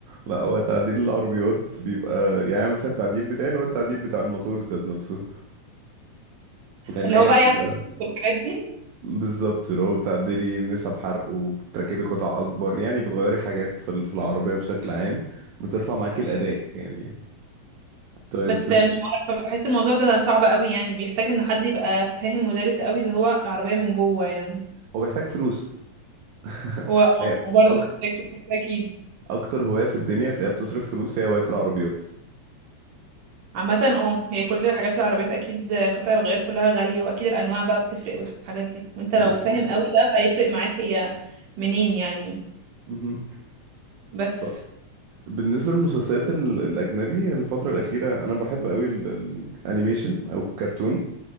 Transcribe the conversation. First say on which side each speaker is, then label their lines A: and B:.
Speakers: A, on the right; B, on the right.
A: لا هو تعديل العربيات بيبقى يعني مثلا التعديل بتاعي اللي هو التعديل بتاع الموتور ذات نفسه لان
B: اللي
A: هي
B: هو بقى
A: بيبقى
B: يعمل الحاجات دي
A: بالظبط اللي هو بتعدلي نسب حرق وبتركبي قطع اكبر يعني بتغيري حاجات في ال- في العربيه بشكل عام بترفع معاكي الاداء يعني طيب
B: بس مش عارفه بحس الموضوع ده صعب قوي يعني بيحتاج ان حد يبقى فاهم ودارس قوي اللي هو العربيه من جوه يعني
A: هو بيحتاج فلوس <laughs>
B: و-
A: هي
B: وبرضه
A: أك...
B: محتاج فلوس اكيد
A: اكتر هواية في الدنيا تلاقيها بتصرف فلوس هي هواية العربيات
B: عامة اه هي كل الحاجات العربيات اكيد قطع الغيار كلها غالية واكيد الانواع بقى بتفرق والحاجات دي وانت
A: بالظبط
B: لو فاهم قوي بقى فهيفرق معاك هي منين يعني
A: مهم.
B: بس
A: ف- بالنسبة للمسلسلات ال- الأجنبي الفترة الأخيرة أنا بحب أوي ال- ال- الأنيميشن أو الكرتون